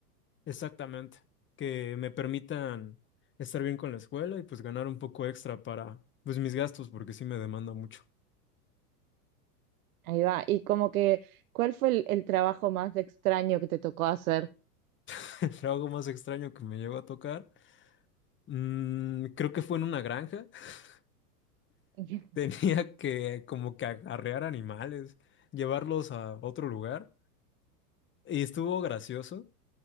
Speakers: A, on the left; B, on the right.
A: Exactamente, que me permitan estar bien con la escuela y pues ganar un poco extra para pues mis gastos, porque sí me demanda mucho.
B: Ahí va. Y como que, ¿cuál fue el, el trabajo más extraño que te tocó hacer?
A: <laughs> El trabajo más extraño que me llegó a tocar, mm, creo que fue en una granja. <laughs>
B: <laughs>
A: Tenía que como que arrear animales, llevarlos a otro lugar y estuvo gracioso